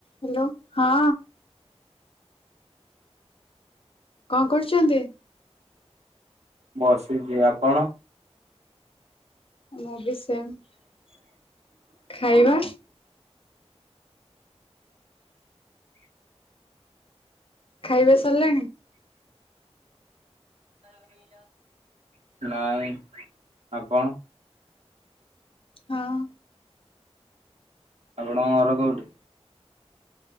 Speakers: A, on the left (about 55°); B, on the right (about 70°).
A: Hello ହଁ। କଣ କରୁଚନ୍ତି?
B: ବସିଛି ଆପଣ
A: ମୁଁ ବି ସେମ ଖାଇବା ଖାଇବା ସରିଲାଣି
B: ନାଇଁ ଆପଣ
A: ହଁ
B: ଆପଣଙ୍କ ଘର କୋଉଠି